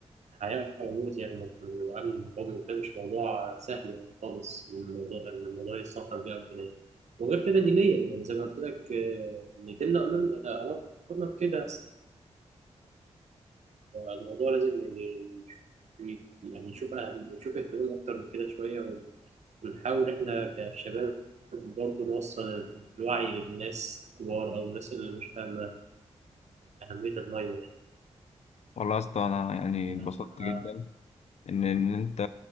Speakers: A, on the right; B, on the left.
A: حياة وموت يعني وأمن قومي وكده مش موضوع سهل يعني خالص إن الموضوع إن الموضوع يسيطر بيه أو كده يعني. وغير كده دينيا يعني زي ما قلت لك آه، إن ديننا أمرنا أمرنا بكده أصلا فالموضوع لازم ي- ي- يعني يشوف أهم يشوف اهتمام أكتر من كده شوية بنحاول إحنا كشباب برضه نوصل الوعي للناس الكبار أو الناس اللي مش فاهمة أهمية المية
B: والله يا اسطى أنا يعني
A: يعني
B: اتبسطت
A: آه،
B: جدا إن إن أنت